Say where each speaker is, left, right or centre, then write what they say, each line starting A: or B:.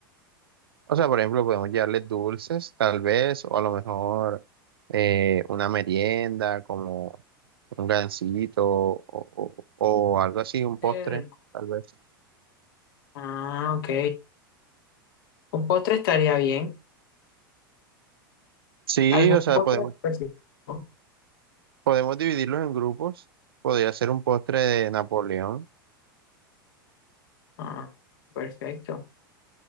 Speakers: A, on the right (about 85°); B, on the left (about 70°).
A: O sea, por ejemplo, podemos llevarles dulces, tal vez, o a lo mejor eh, una merienda, como un gansito o, o- o algo así, un postre,
B: Eh,
A: tal vez.
B: Ah, ok. Un postre estaría bien.
A: Sí,
B: ¿Algún
A: o sea,
B: postre
A: podemos,
B: específico?
A: podemos dividirlos en grupos. Podría ser un postre de Napoleón.
B: Ah, perfecto.